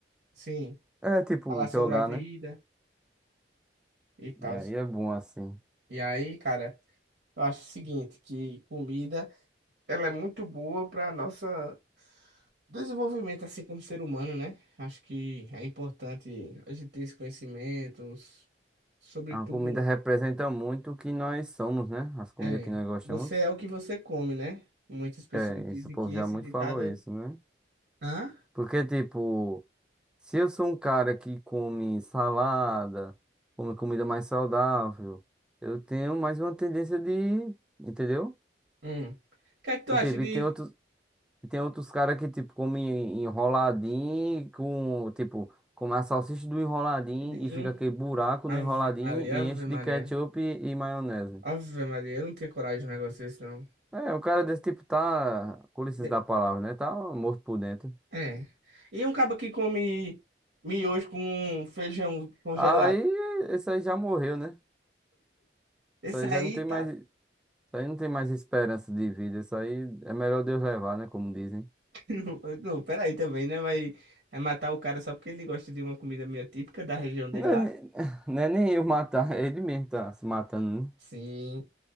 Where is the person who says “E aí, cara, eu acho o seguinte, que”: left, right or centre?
Right